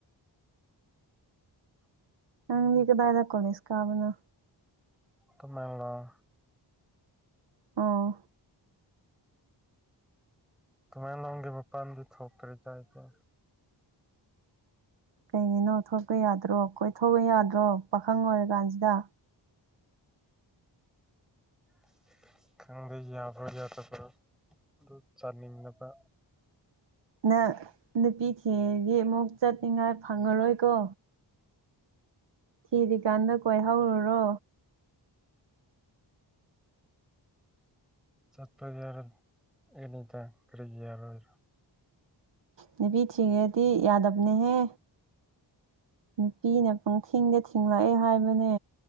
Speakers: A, on the right (about 70°); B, in the centre.
A: ꯅꯪ ꯀꯗꯥꯏꯗ ꯀꯣꯂꯤꯁ ꯀꯥꯕꯅꯣ
B: ꯇꯃꯦꯡ ꯂꯣꯡ
A: ꯑꯣ
B: ꯇꯃꯦꯡꯂꯣꯡ ꯗꯩ ꯃꯄꯥꯟꯕꯨ ꯊꯣꯛꯇꯔ꯭ꯤꯗ ꯑꯩꯗꯤ
A: ꯀꯩꯒꯤꯅꯣ ꯊꯣꯛꯄ ꯌꯥꯗ꯭ꯔꯣ ꯀꯣꯏꯊꯣꯛꯄ ꯌꯥꯗ꯭ꯔꯣ ꯄꯥꯈꯪ ꯑꯣꯏꯔ ꯀꯥꯟꯁꯤꯗ
B: <inaudible> ꯈꯪꯗꯦ ꯌꯥꯕ꯭ꯔꯣ ꯌꯥꯗꯕ꯭ꯔꯣ ꯑꯗꯨ ꯆꯥꯅꯤꯡꯅꯕ
A: ꯅꯪ ꯅꯨꯄꯤ ꯊꯤꯔꯗꯤ ꯑꯃꯨꯛ ꯆꯠꯅꯤꯡꯉꯥꯏ ꯐꯪꯉꯔꯣꯏꯀꯣ ꯊꯤꯔꯤꯀꯥꯟꯗ ꯀꯣꯏꯍꯧꯔꯨꯔꯣ
B: ꯆꯠꯄ ꯌꯥꯔ ꯑꯩꯅꯤꯗ ꯀꯔꯤꯒꯤ ꯌꯥꯔꯣꯏꯔꯣ
A: ꯅꯨꯄꯤ ꯊꯤꯒ꯭ꯔꯗꯤ ꯌꯥꯗꯕꯅꯦꯍꯦ ꯅꯨꯄꯤꯅ ꯄꯪꯊꯤꯡꯗ ꯊꯤꯡꯂꯛꯑꯦ ꯍꯥꯏꯕꯅꯦ